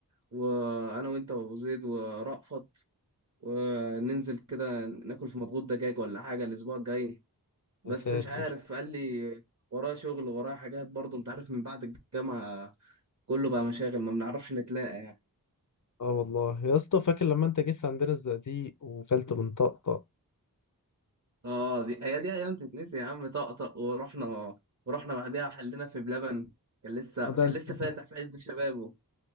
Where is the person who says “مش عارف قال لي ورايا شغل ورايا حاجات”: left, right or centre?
Right